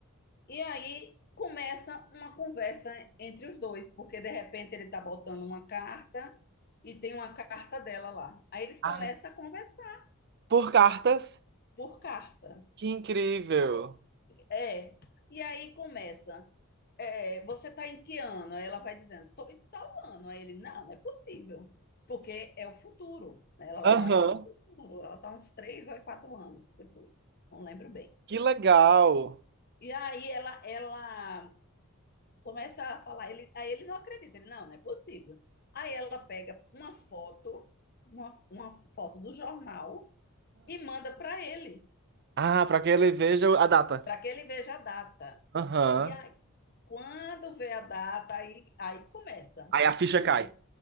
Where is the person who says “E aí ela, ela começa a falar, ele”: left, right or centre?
Left